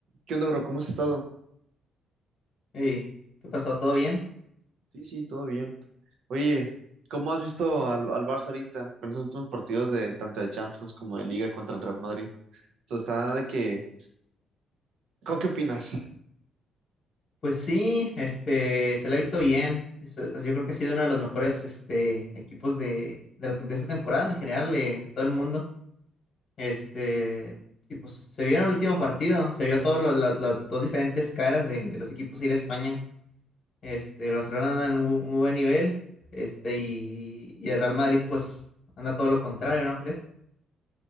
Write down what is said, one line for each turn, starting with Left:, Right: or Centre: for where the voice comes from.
Right: ¿Qué onda, bro? ¿Cómo has estado?
Left: Ey, ¿qué pasó? ¿Todo bien?
Right: Sí, sí, todo bien. Oye, ¿cómo has visto al, al Barça ahorita con esos últimos partidos de tanto de Champions como de Liga contra el Real Madrid? Esto está de que... ¿Cómo qué opinas?
Left: Pues sí, este, se la ha visto bien. Eso- Yo creo que ha sido uno de los mejores, este, equipos de, de, la tem- de esta temporada en general, de, de todo el mundo. Este, y pues se vio en el último partido, se vio todas las, las dos diferentes caras de, de los equipos ahí de España. Este, el Barcelona anda en un, bu- un buen nivel, este, y, y el Real Madrid, pues, anda todo lo contrario, ¿no crees?